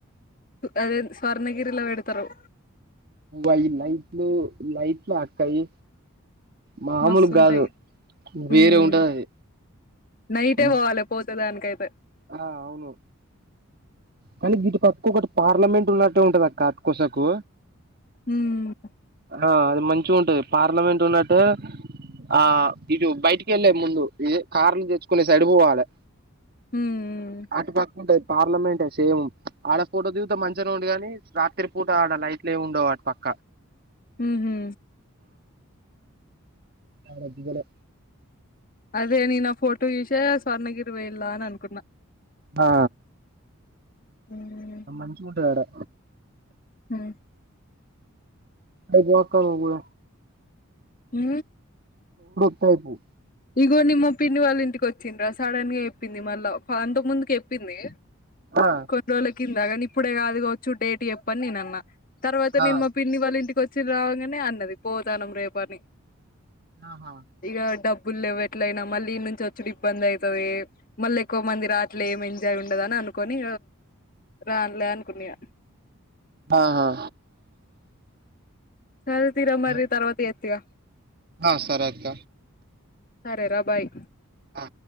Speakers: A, on the left; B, on the right.
A: అదే స్వర్ణగిరిలోవేడుతరు
B: అయి నైట్లు నైట్లు అక్కయి మామూలు
A: మస్తుంటాయి
B: గాదు వేరే
A: ఉమ్
B: ఉంటది
A: నైటే
B: అది
A: పోవాలి పోతే దానికైతే
B: హా అవును కానీ వీటు అక్కకకటి పార్లమెంట్ ఉన్నట్టు ఉంటది అక్క అట్కోసకు
A: ఉమ్
B: ఆ అది మంచి ఉంటది పార్లమెంట్ ఉన్నట్టు ఆ ఇటు బయటికి వెళ్ళే ముందు ఇది కార్లు తెచ్చుకునే సైడ్ పోవాలి
A: ఉమ్
B: అటుపక్క కొంటె పార్లమెంటే సేమ్ ఆడ పూట దిగుత మంచిగానే ఉండు గాని రాత్రి పూట ఆడ లైట్లు ఏమి ఉండవు వాడు పక్క
A: ఉహు
B: ఆ గజ్జికలు
A: అదే నా ఫోటో జూషే స్వర్ణగిరి పోయిలా అని అనుకున్
B: ఆ
A: హ్మ్
B: మంచిగుంటది రా
A: అ
B: ఐదు మక్కను కూడ
A: ఉ
B: కో
A: ఇదిగో నిమ్మ పిన్ని వాళ్ళ ఇంటికి వచ్చిందిరా సడన్ గా ఎప్పింది మళ్ళా అంత ముందుకి ఎప్పింది
B: ఆ
A: కొన్ని రోజుల కింద కానీ ఇప్పుడే కాదు కావచ్చు డేట్ చెప్పని నేను అన్నా తర్వాత నేను
B: ఆ
A: మా పిన్ని వాళ్ళ ఇంటికి వచ్చి రావంగానే అన్నది పోతాను రేపు అని
B: ఆహా
A: ఇక డబ్బు బుల్ ఎట్లయినా మళ్ళీ ఈ నుంచి వచ్చడు ఇబ్బంది అయితది మళ్ళీ ఎక్కువ మంది రాట్లే ఏం ఎంజాయ్ ఉండదు అనుకని రాన్లే అనుకున్నా ఇయ
B: ఆహా
A: సరే తిర మరి
B: ఆ
A: తర్వాత ఎత్త ఇగ
B: ఆ సరే ఆక్క
A: రేరా బాయ్
B: ఆ